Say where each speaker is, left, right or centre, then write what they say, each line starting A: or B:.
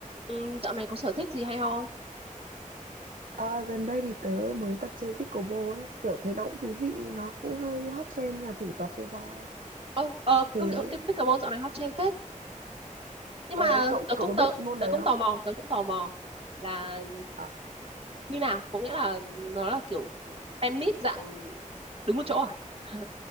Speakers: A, on the right; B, on the right.
A: Ừ, dạo này có sở thích gì hay ho không?
B: À, gần đây thì tớ mới tập chơi pickleball ấy, kiểu thấy nó cũng thú vị, nó cũng hơi hot trend là thử tập xem sao.
A: Ờ, ờ,
B: Thế
A: công nhận cái pickleball dạo này hot trend phết. Nhưng
B: ờ,
A: mà
B: cậu
A: tớ
B: cậu
A: cũng
B: có biết
A: tớ,
B: môn
A: tớ
B: đấy
A: cũng
B: không?
A: tò mò, tớ cũng tò mò là
B: À,
A: như nào? Có nghĩa là nó là kiểu tennis dạng đứng một chỗ à? <laughs>